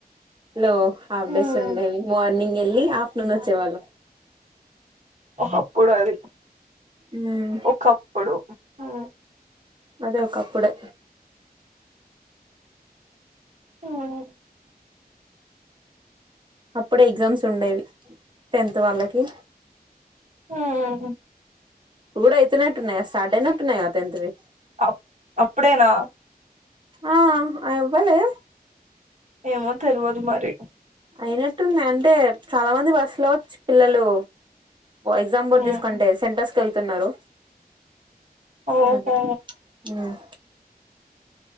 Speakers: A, on the right; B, on the right.
A: Hello! Half
B: um.
A: days ఉండేవి మార్నింగ్. వెళ్లి ఆఫ్టర్నూన్ వచ్చేవాళ్ళము.
B: ఒకప్పుడు అది.
A: ఉమ్
B: ఒకప్పుడు ఉ
A: అదే! ఒకప్పుడే.
B: హ్మ్!
A: అప్పుడే ఎగ్జామ్స్ ఉండేవి టెన్త్ వాళ్ళకి.
B: హ్మ్!
A: కూడ అయితు నట్టున్నాయ స్టార్ట్ అయి నట్టున్నాయయి టెన్త్ వి.
B: అ అప్పుడేనా?
A: ఆ అయబ్బలే
B: మా తెలవదు మరి
A: అయినట్టుంది అంటే చాలా మంది బస్సులో వచ్చు పిల్లలు. Exam board
B: um.
A: తీసుకుంటే సెంటర్స్ క స్తున్నారు
B: ఓహో
A: అలాకే ఉమ్